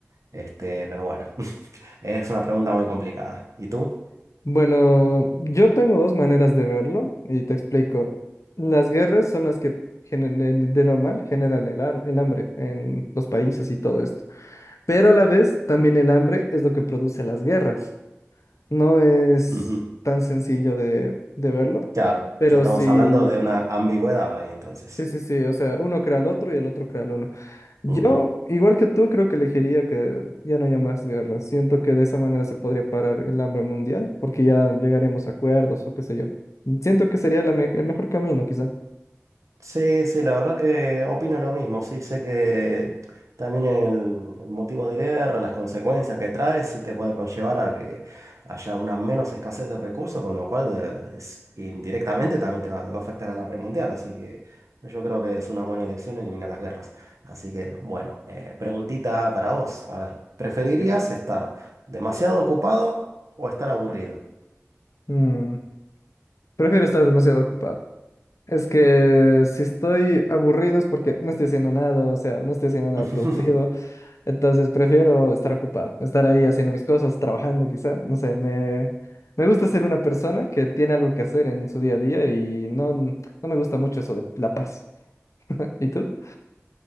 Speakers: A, on the right; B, on the left.
A: Este, pero bueno, <laughs> es una pregunta muy complicada. ¿Y tú?
B: Bueno, yo tengo dos maneras de verlo y te explico. Las guerras son las que gener- de normal generan el, ar- el hambre en los países y todo esto. Pero a la vez, también el hambre es lo que produce las guerras. No es
A: Ujú,
B: tan sencillo de, de verlo,
A: Claro,
B: pero
A: ya estamos
B: sí,
A: hablando de una ambigüedad ahí entonces.
B: sí, sí, sí, o sea, uno crea al otro y el otro crea al uno. Yo,
A: Ujú.
B: igual que tú, creo que elegiría que ya no haya más guerras. Siento que de esa manera se podría parar el hambre mundial, porque ya llegaríamos a acuerdos o qué sé yo. Siento que sería la me- el mejor camino, quizá.
A: Sí, sí, la verdad que opino lo mismo. Sí, sé que también el, el motivo de guerra, las consecuencias que trae, sí te puede conllevar a que haya una menos escasez de recursos, con lo cual eh, es- indirectamente también te va, te va a afectar al hambre mundial. Así que yo creo que es una buena elección eliminar las guerras. Así que, bueno, eh, preguntita para vos. A ver, ¿preferirías
B: Dime.
A: estar demasiado ocupado o estar aburrido?
B: Mm, prefiero estar demasiado ocupado. Es que si estoy aburrido es porque no estoy haciendo nada, o sea, no estoy haciendo nada
A: <laughs>
B: productivo. Entonces prefiero estar ocupado, estar ahí haciendo mis cosas, trabajando quizá, no sé, me, me gusta ser una persona que tiene algo que hacer en su día a día y no, no me gusta mucho eso de la paz. <laughs> ¿Y tú?